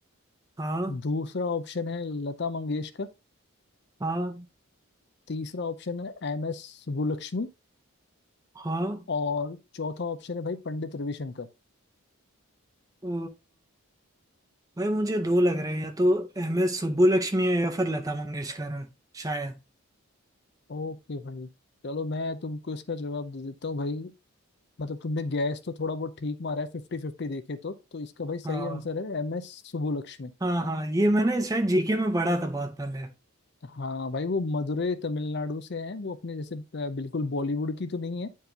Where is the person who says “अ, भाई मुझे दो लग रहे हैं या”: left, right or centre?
Right